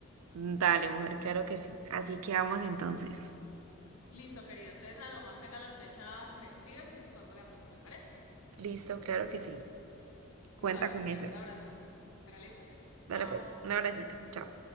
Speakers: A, on the right; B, on the left.
A: Dale, mujer, claro que sí. Así quedamos entonces.
B: Listo, querida. Entonces, a lo más tenga las fechas, me escribes y nos ponemos de acuerdo, ¿te parece?
A: Listo, claro que sí. Cuenta
B: Vale,
A: con
B: mujer,
A: eso.
B: un abrazo. Hágale pues.
A: Dale
B: Chao.
A: pues, un abracito. Chao.